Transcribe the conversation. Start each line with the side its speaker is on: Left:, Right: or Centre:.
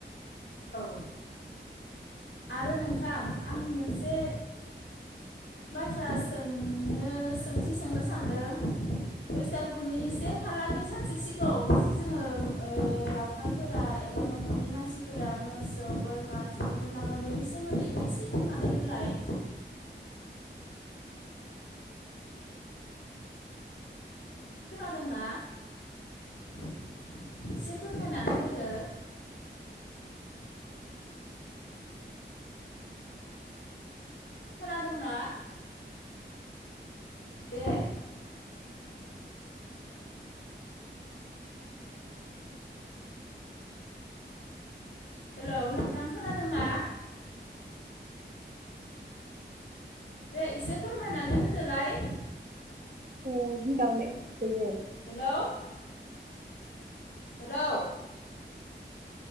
Left: औ। आरो नोंथां आं मोनसे बाथ्रा सोंनो सोंथि सोंनो सानदों बैसागुनि से खालारनि सानसे सिगाङावबो जे जोङो
Right: एप्रिलाव
Left: ओ ओ लावखारफोरा, एबा न'खरनि मानसिफोरा मोसौ, बोरमा थुखैनो लाङो, बेनि सोमोन्दैबो एसे बुंनानै होलाय। खोनादोंना? एसे फोरमायनानै होदो। खोनादोंना? दे। हेलौ नोंथां खोनादोंना? दे इसे फोरमायनानै होदोलाय।
Right: औ होमबा नेथ <unintelligible>
Left: हेलौ हेलौ